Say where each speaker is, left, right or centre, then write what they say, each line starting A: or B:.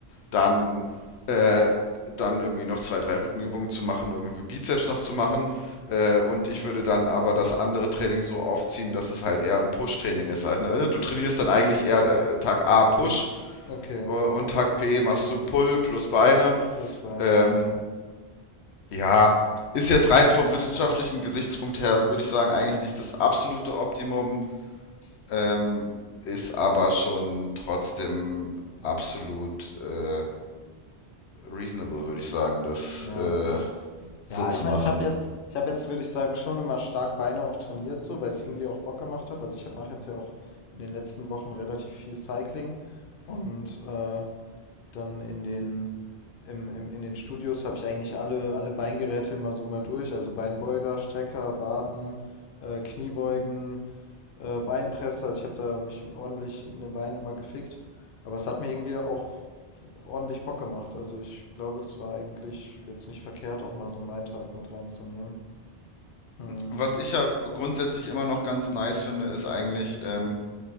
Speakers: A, on the left (about 80°); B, on the left (about 60°).
A: dann, äh, dann irgendwie noch zwei, drei Rückenübungen zu machen, irgendwie Bizeps noch zu machen. Äh, und ich würde dann aber das andere Training so aufziehen, dass es halt eher ein Push-Training ist. Also, ne, du trainierst dann eigentlich eher äh, Tag A Push
B: Pull. Okay,
A: äh, und Tag B machst du Pull plus Beine.
B: plus Beine,
A: Ähm,
B: ja, okay.
A: ja, ist jetzt rein vom wissenschaftlichen Gesichtspunkt her, würde ich sagen, eigentlich nicht das absolute Optimum, ähm, ist aber schon trotzdem absolut äh, reasonable, würde ich sagen, das
B: Ja.
A: äh, so
B: Ja,
A: zu
B: ich meine,
A: machen.
B: ich habe jetzt, ich habe jetzt, würde ich sagen, schon immer stark Beine auch trainiert, so, weil es irgendwie auch Bock gemacht hat. Also ich mache jetzt ja auch in den letzten Wochen relativ viel Cycling und äh, dann in den, im, im, in den Studios habe ich eigentlich alle, alle Beingeräte immer so mal durch. Also Beinbeuger, Strecker, Waden, äh, Kniebeugen, äh, Beinpresse. Also ich habe da mich ordentlich in den Beinen immer gefickt. Aber es hat mir irgendwie auch ordentlich Bock gemacht. Also ich glaube, das war eigentlich jetzt nicht verkehrt, auch mal so einen Weintag mit reinzunehmen. Hm,
A: Was ich ja grundsätzlich immer noch ganz nice finde, ist eigentlich, ähm,